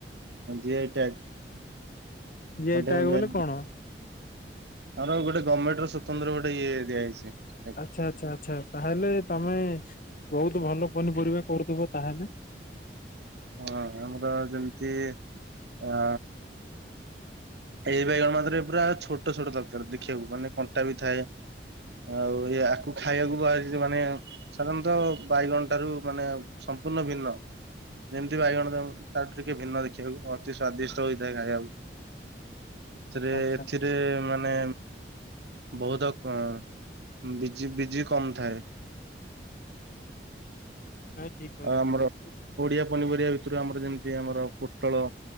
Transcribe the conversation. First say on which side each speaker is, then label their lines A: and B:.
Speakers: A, on the right; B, on the left.
A: GI tag.
B: G
A: କଣ୍ଟେଇମୁଣ୍ଡି
B: I tag ବୋଲେ
A: ବାଇଗଣ
B: କଣ?
A: ଆମର ଗୋଟେ ଗଭର୍ଣ୍ଣମେଣ୍ଟ ର ସ୍ୱତନ୍ତ୍ର ଗୋଟେ ଇଏ ଦିଆଯାଇଛି।
B: ଆଚ୍ଛା ଆଚ୍ଛା ଆଚ୍ଛା ତାହେଲେ ତମେ ବହୁତ ଭଲ ପନିପରିବା କରୁଥିବ ତାହେଲେ?
A: ହଁ ଆମର ଯେମିତି ଆ ଏଇ ବାଇଗଣ ମଧ୍ୟରେ ପୁରା ଛୋଟ ଛୋଟ ଦରକାର ଦେଖିବାକୁ ମାନେ କଣ୍ଟା ବି ଥାଏ। ଆଉ ଆକୁ ଖାଇବାକୁ ବାହାରିଛି ମାନେ ସାଧାରଣତଃ ବାଇଗଣ ଠାରୁ ମାନେ ସମ୍ପୂର୍ଣ୍ଣ ଭିନ୍ନ। ଯେମିତି ବାଇଗଣ ତ ତାଠୁ ଟିକେ ଭିନ୍ନ ଦେଖିବାକୁ ଅତି ସ୍ଵାଦିଷ୍ଟ ହୋଇଥାଏ ଖାଇବାକୁ। ଏଥିରେ
B: ଆଚ୍ଛା
A: ଏଥିରେ
B: ଆଚ୍ଛା
A: ମାନେ ବୋହୁତ ଙ୍କ ବିଜି ବିଜି କମ ଥାଏ।
B: ନାଁ ଠିକ୍ କହିଲୁ
A: ଆଉ ଆମର
B: ଠିକ୍ ଅସିଲୁ ଆଉ।
A: ଓଡିଆ ପନିପରିବା ଭିତରୁ ଆମର ଯେମିତି ଆମର ପୋଟଳ